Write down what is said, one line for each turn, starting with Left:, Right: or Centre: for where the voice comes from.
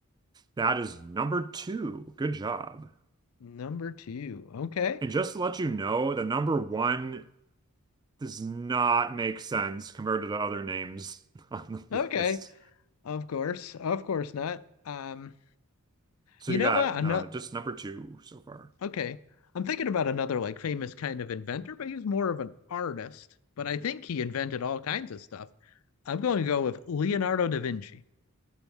Right: That is number two. Good job.
Left: number two. Okay.
Right: And just to let you know, the number one does not make sense compared to the other names <laughs> on the
Left: Okay.
Right: list.
Left: Of course. Of course not. Um,
Right: So
Left: you
Right: you
Left: know
Right: got
Left: what? Ano-
Right: uh, just number two so far.
Left: Okay. I'm thinking about another like famous kind of inventor, but he was more of an artist. But I think he invented all kinds of stuff. I'm going to go with Leonardo da Vinci.